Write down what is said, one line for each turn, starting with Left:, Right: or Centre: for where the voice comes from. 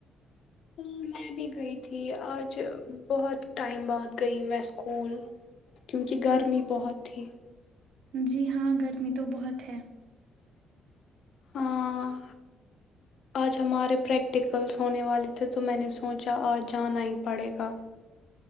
Left: ہاں میں بھی گئی تھی آج بہت ٹائم بعد گئی میں اسکول کیونکہ گرمی بہت تھی
Right: جی ہاں گرمی تو بہت ہے
Left: ہاں آج ہمارے پریکٹیکلس ہونے والے تھے تو میں نے سوچا آج جانا ہی پڑے گا